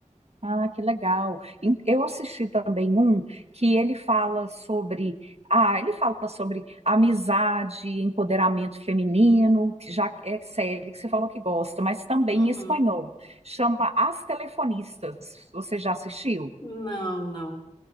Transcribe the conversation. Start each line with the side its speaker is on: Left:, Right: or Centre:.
Right: Ah, que legal. Em- Eu assisti também um que ele fala sobre, ah, ele fala sobre amizade, empoderamento feminino, que já é série que você falou que gosta, mas também
Left: Uhum.
Right: em espanhol. Chama As Telefonistas. Você já assistiu?
Left: Não, não.